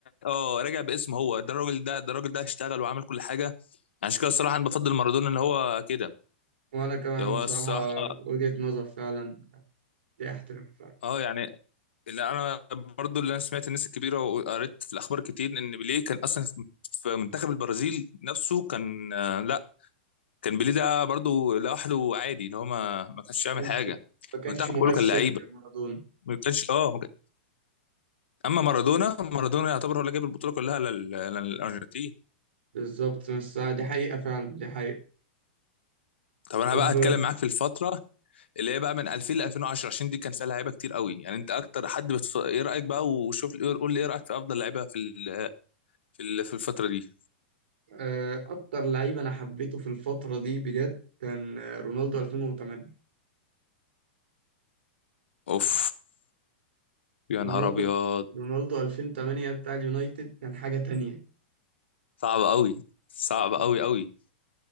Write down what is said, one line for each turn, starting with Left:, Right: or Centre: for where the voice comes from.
Left: اه راجع باسم هو ده الراجل ده ده الراجل ده اشتغل وعمل كل حاجه عشان كده الصراحه انا بفضل مارادونا اللي هو كده
Right: وانا كمان
Left: اللي هو
Right: بصراحه
Left: الصراحه
Right: وجهه نظر فعلا دي احترم فعلا
Left: اه يعني اللي انا برضو اللي انا سمعت الناس الكبيره وقريت في الاخبار كتير ان بيليه كان اصلا في في منتخب البرازيل نفسه كان آه، لا كان بيليه ده برضو لوحده عادي اللي هو ما ما كانش
Right: ما
Left: يعمل
Right: كانش
Left: حاجه
Right: ما كانش
Left: المنتخب
Right: مؤثر
Left: كله كان لعيبه
Right: زي مارادونا
Left: ما كانش اه ما كان- اما مارادونا مارادونا يعتبر هو اللي جاب البطوله كلها لل- للارجنتين
Right: بالظبط بس دي حقيقه فعلا دي حقيقه
Left: طب انا
Right: طب
Left: بقى هتكلم معاك في الفتره اللي هي بقى من 2000 ل 2010 عشان دي كان فيها لعيبه كتير قوي يعني انت اكتر حد بتف... ايه رايك بقى وشوف قول لي ايه رايك في افضل لعيبه في ال... في ال... في الفتره دي
Right: آه، اكتر لعيب انا حبيته في الفتره دي بجد كان آه، رونالدو 2008
Left: اوف يا
Right: رونالدو
Left: نهار ابيض
Right: رونالدو 2008 بتاع اليونايتد كان حاجه تانية
Left: صعب قوي صعب قوي قوي